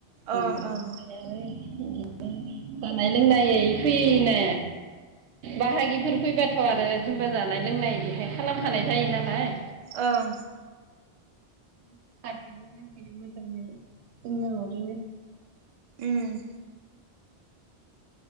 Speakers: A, on the right; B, on the right.
A: ओं
B: ओमफ्राय
A: ओं
B: आरो <unintelligible> जानाय लोंनाय फैयोना, बाहागिफोर फैबाथ' आरो जेनबा जानाय लोंनाय इदिहाय खालामखानाय जायो नालाय
A: ओं।
B: <inaudible>
A: उम